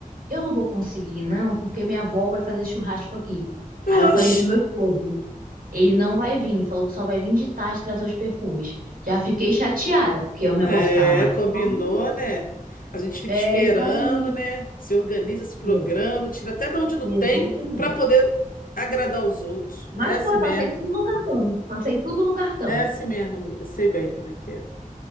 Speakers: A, on the right (about 90°); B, on the left (about 80°).
A: eu não vou conseguir, não, porque minha avó vai fazer churrasco aqui.
B: Oxe,
A: Aí eu falei pro meu esposo, ele não vai vir, falou que só vai vir de tarde trazer os perfumes. Já fiquei chateada, porque o negócio
B: é,
A: tava marcado.
B: combinou, né? A gente fica
A: É
B: esperando,
A: isso aí.
B: né? Se organiza, se programa,
A: É,
B: tira até de onde não
A: exatamente.
B: tem para poder agradar os outros.
A: Mas
B: É assim
A: foi,
B: mesmo.
A: passei tudo no cartão. Passei tudo no cartão.
B: É assim mesmo, amiga. Sei bem como é que é.